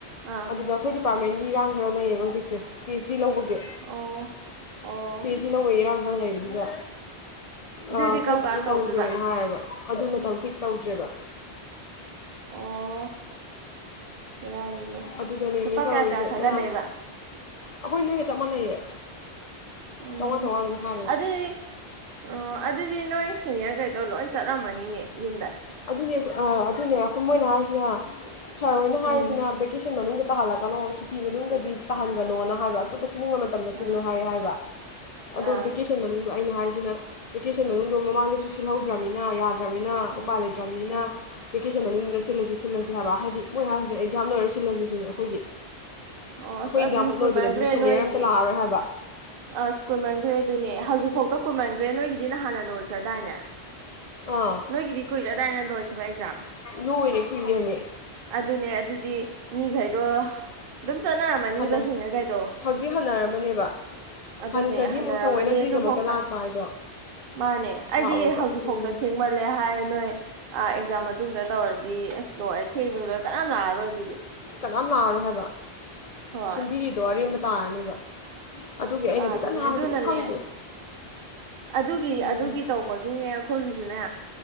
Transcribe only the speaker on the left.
ꯑꯗꯨꯒ ꯑꯩꯈꯣꯏ ꯗꯤꯄꯥꯔꯠꯃꯦꯟ ꯒꯤ ꯏꯔꯥꯡ ꯈꯔ ꯂꯩꯌꯦꯕ ꯍꯧꯖꯤꯛꯁꯦ ꯄꯤꯁ ꯇꯤ ꯂꯧꯕꯒꯤ
ꯄꯤ ꯍꯩꯁ ꯗꯤ ꯂꯧꯕꯩ ꯏꯔꯥꯡ ꯈꯔ ꯂꯩꯕꯗꯨꯗ
ꯑ ꯈꯔ
ꯇꯞꯅ
ꯇꯧꯁꯦꯅ ꯍꯥꯏꯔꯕ ꯑꯗꯨ ꯃꯇꯝ ꯐꯤꯛꯁ ꯇꯧꯗ꯭ꯔꯦꯕ
ꯑꯗꯨꯗꯅꯦ
ꯃꯤ ꯇꯧꯔꯤꯁꯦ
ꯃꯌꯥꯝ ꯑꯩꯈꯣꯏ ꯅꯣꯏꯒ ꯆꯞ ꯃꯥꯟꯅꯩꯌꯦ
ꯆꯥꯝꯃꯉꯥ ꯆꯥꯝꯃꯉꯥ ꯑꯗꯨꯝ ꯈꯥꯏꯕꯅꯦ
ꯑꯗꯨꯅꯦ ꯑ ꯑꯗꯨꯅꯦ ꯑꯩꯈꯣꯏ ꯃꯣꯏꯅ ꯍꯥꯏꯁꯤꯅ ꯁꯥꯔ ꯍꯣꯏꯅ
ꯍꯥꯏꯔꯤꯁꯤꯅ ꯕꯦꯀꯦꯁꯟ ꯃꯅꯨꯡꯗ ꯇꯥꯍꯜꯂꯛꯀꯅꯣ ꯁꯨꯇꯤ ꯃꯅꯨꯡꯗꯗꯤ ꯇꯥꯍꯟꯒꯅꯣꯅ ꯍꯥꯏꯕ ꯑꯇꯣꯞꯄ ꯁꯤꯟꯅꯤꯡꯕ ꯃꯇꯝꯗ
ꯁꯤꯜꯂꯣ ꯍꯥꯏꯌꯦ ꯍꯥꯏꯕ ꯑꯗꯣ
ꯚꯦꯀꯦꯁꯟ ꯃꯅꯨꯡꯗꯣ ꯑꯩꯅ ꯍꯥꯏ ꯁꯤꯅ ꯚꯦꯀꯦꯁꯟ ꯃꯅꯨꯡꯗꯣ ꯃꯃꯥꯡꯗꯁꯨ ꯁꯤꯜꯍꯧꯗ꯭ꯔꯕꯅꯤꯅ ꯌꯥꯗ꯭ꯔꯥ ꯔꯕꯤꯅꯥ
ꯎꯄꯥ ꯂꯩ ꯔꯝꯅꯤꯅ
ꯚꯦꯀꯦꯁꯟ ꯃꯅꯨꯡꯗꯨ
ꯁꯤꯜꯂꯁꯤ ꯁꯤꯜꯂꯁꯤ ꯍꯥꯏꯕ ꯍꯥꯏꯗꯤ ꯃꯣꯏ ꯍꯥꯏꯁꯤꯗꯤ ꯑꯦꯛꯖꯥꯝ ꯂꯣꯏꯔ ꯁꯤꯜꯂꯁꯤ ꯁꯤꯅꯤ ꯑꯩꯈꯣꯏꯒꯤ
ꯑꯩꯈꯣꯏ
ꯑꯦꯛꯖꯥꯝ
ꯂꯣꯏꯕꯗꯗꯤ ꯁꯦꯅꯤꯌꯔ
ꯑꯝꯇ ꯂꯥꯛꯑꯔꯣꯏ ꯍꯥꯏꯕ
ꯑꯥ
ꯂꯣꯏꯔꯦ ꯀꯨꯏꯔꯦ ꯃꯤ
ꯍꯥꯟꯅ
ꯍꯧꯖꯤꯛ ꯍꯟꯅꯔꯝꯃꯅꯦꯕ
ꯍꯟꯈ꯭ꯔꯗꯤ
ꯑꯃꯨꯛ ꯊꯑꯣꯏꯅ ꯑꯗꯨꯒꯤꯗꯃꯛꯇ
ꯂꯥꯛꯄ ꯍꯥꯏꯗꯣ
ꯂꯥꯛꯑꯣꯏꯕ
ꯎꯝ
ꯀꯅꯥꯝ ꯂꯥꯛꯑꯔꯣꯏ ꯍꯥꯏꯕ
ꯁꯤꯟꯕꯤꯔꯤꯗꯣ ꯑꯔꯦꯝꯕꯗ ꯇꯥꯔꯅꯤꯕ ꯑꯗꯨꯒꯤ ꯑꯩꯅꯗꯤ
ꯀꯟꯅ ꯍꯥꯏꯕꯅꯤ
ꯈꯪꯗꯦ
ꯎꯝ